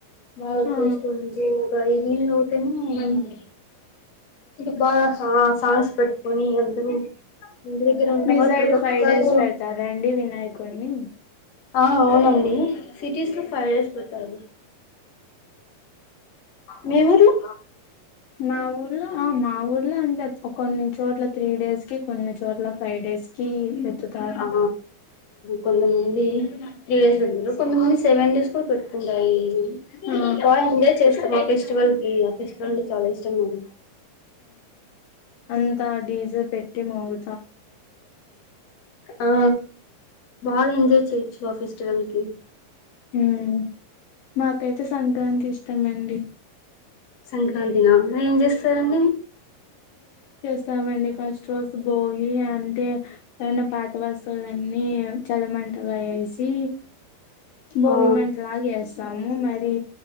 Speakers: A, on the left; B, on the left.
A: బాగా
B: ఆ
A: చూసుకుని ఇక ఈవినింగ్ అవుతానే ఇ బాగా సాంగ్స్ పెట్టుకొని అందరూ ఇంటి దగ్గర ఉన్నవాళ్ళు
B: మీ సైడ్
A: ప్రతి ఒక్కరు
B: ఫైవ్ డేస్ పెడతారండి వినాయకుడిని
A: ఆ అవునండి సిటీస్ లో ఫైవ్ డేస్ పెడతారు మీ ఊర్లో
B: మా ఊర్లో ఆ మా ఊర్లో అంతే కొన్ని చోట్ల త్రీ డేస్ కి కొన్ని చోట్ల ఫైవ్ డేస్ కి ఎత్తుతారు
A: ఆ కొంతమంది త్రీ డేస్ <inaudible> కొంతమంది సెవెన్ డేస్ కూడా పెట్టుకుంటారండి
B: ఆ
A: బాగా ఎంజాయ్ చేస్తాం ఆ ఫెస్టివల్ కి ఇష్టం అంటే చాలా ఇష్టం నాకు
B: అంతా డీజే పెట్టి మా ఊ
A: ఆ బాగా ఎంజాయ్ చేయొచ్చు ఆ ఫెస్టివల్ కి
B: ఉమ్ మాకైతే సంక్రాంతి ఇష్టమండి
A: సంక్రాంతిన ఏం చేస్తారండి
B: స్తామండి ఫస్ట్ రోజు భోగి అంటే ఏనా పాత వస్తువులన్నీ చలిమంటగా వేసి భోగి
A: ఆ
B: మంటలా యేస్తాము మరి